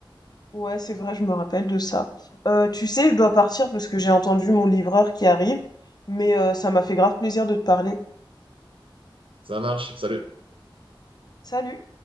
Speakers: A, on the left; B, on the right.
A: Ouais, c'est vrai, je me rappelle de ça. Euh, tu sais, je dois partir parce que j'ai entendu mon livreur qui arrive, mais euh, ça m'a fait grave plaisir de te parler.
B: ça marche. Salut.
A: Salut!